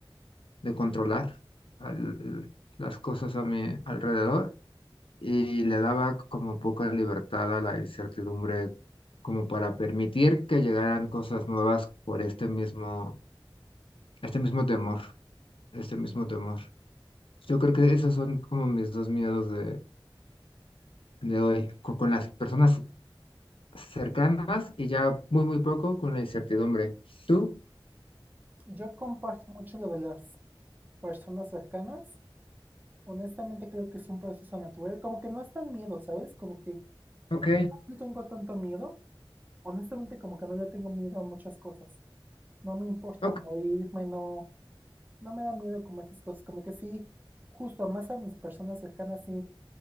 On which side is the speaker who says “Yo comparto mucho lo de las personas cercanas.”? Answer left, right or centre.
Right